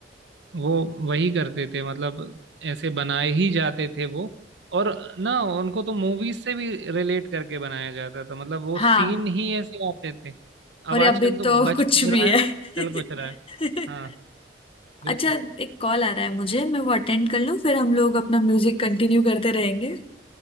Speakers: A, on the right; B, on the left.
A: वो वही करते थे मतलब ऐसे बनाए ही जाते थे वो और ना उनको तो मूवीज से भी रिलेट करके बनाया जाता था मतलब वो
B: <laughs> हाँ
A: सीन ही ऐसे आते थे अब
B: और
A: आजकल
B: अभी
A: तो
B: तो
A: बच
B: कुछ
A: कुछ रहा
B: भी है
A: है
B: <laughs>
A: चल कुछ रहा है हाँ बिल्कुल
B: अच्छा एक कॉल आ रहा है मुझे मैं वो अटेंड कर लूँ फिर हम लोग अपना म्यूजिक कंटिन्यू करते रहेंगे